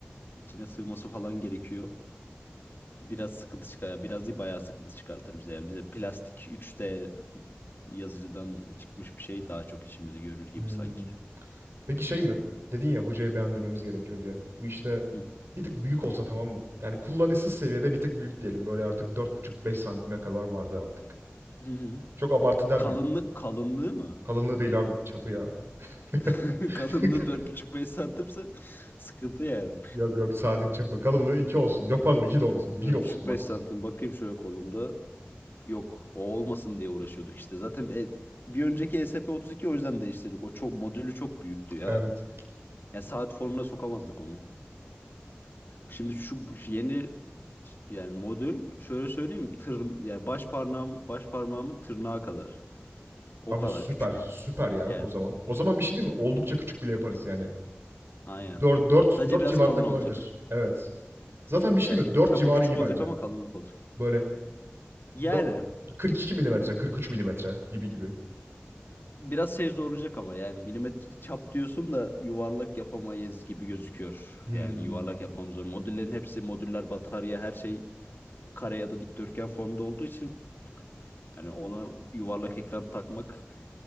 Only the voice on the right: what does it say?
Hmm.
Peki şey mi? Dedin ya hocaya beğendirmemiz gerekiyor diye. Bu işte
bir tık büyük olsa tamam mı? Yani kullanışsız seviyede bir tık büyük diyelim. Böyle artık dört buçuk beş santime kadar vardı artık.
Çok abartı der
mi ya?
Kalınlığı değil abi çapı ya. <laughs>
<laughs>
Yok yok saatin çapı. Kalınlığı 2 olsun. Yok pardon 2 de olmasın. bir
olsun
maksimum.
Evet.
Abi
süper.
Süper ya
o zaman. O zaman bir şey değil mi? Oldukça küçük bile yaparız yani.
dört 4
4
civarında
kalabilir.
Evet. Zaten bir şey
değil mi? dört
civarı
iyi
bence.
Böyle
dört, kırk iki milimetre, 43 milimetre gibi gibi.
Hmm.